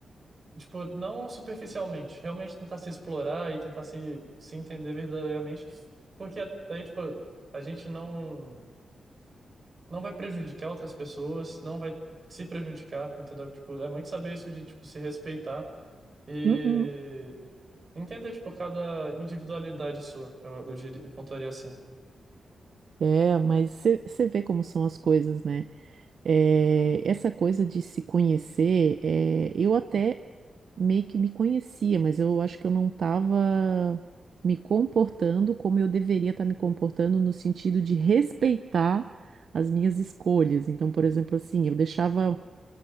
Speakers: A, on the right (about 50°); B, on the right (about 70°).
A: tipo, não superficialmente, realmente tentar se explorar e tentar se, se entender verdadeiramente, porque aí, tipo, a gente não não vai prejudicar outras pessoas, não vai se prejudicar, entendeu? Tipo, é muito saber isso de, tipo, se respeitar e
B: Uhum.
A: entender, tipo, cada individualidade sua, eu, eu diria, eu pontuaria assim.
B: É, mas você vê como são as coisas, né? É, essa coisa de se conhecer, é, eu até meio que me conhecia, mas eu acho que eu não estava me comportando como eu deveria estar me comportando no sentido de respeitar as minhas escolhas. Então, por exemplo, assim, eu deixava